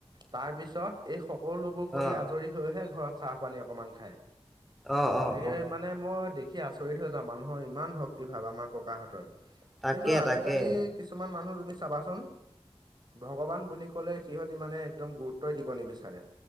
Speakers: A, on the right (about 45°); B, in the centre.
A: তাৰ পিছত এই সকলোবোৰ কৰি
B: অ
A: আজৰি হৈহে ঘৰত চাহ পানী অকমান খায়।
B: অ অ
A: এইয়াই
B: অ
A: মানে মই দেখি আচৰিত হৈ যাওঁ মানুহৰ ইমান ভক্তি ভাৱ আমাৰ ককাহঁতৰ।
B: তাকে
A: কিন্তু আজিকালি-
B: তাকে
A: কিছুমান মানুহ তুমি চাবাচোন ভগৱান বুলি ক'লে সিহঁত ইমানে একদম গুৰুত্বই দিব নিবিচ- চাৰে